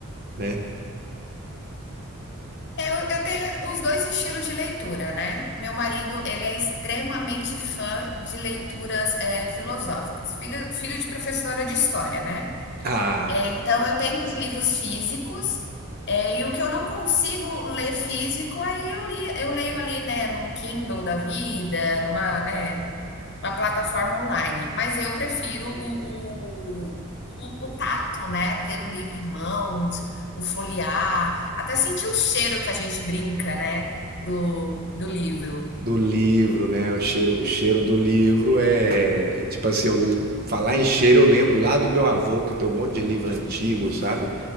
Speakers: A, on the right (about 45°); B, on the left (about 50°).
A: né?
B: É, Eu eu tenho os dois estilos de leitura, né. Meu marido, ele é extremamente fã de leituras, eh, filosóficas, filho filho de professora de história, né.
A: A
B: Eh, então eu tenho os livros físicos, eh, e o que eu não consigo ler físico, aí eu li eu leio ali, né, num Kindle da vida, numa, né, Uma plataforma online. Mas eu prefiro o, o, o, o tato, né? Ter o livro em mãos, o folhear, até sentir o cheiro que a gente brinca, né? Do, do livro.
A: Do livro, né? O cheiro, o cheiro do livro é. Tipo assim, eu, falar em cheiro, eu lembro lá do meu avô, que tem um monte de livro antigo, sabe?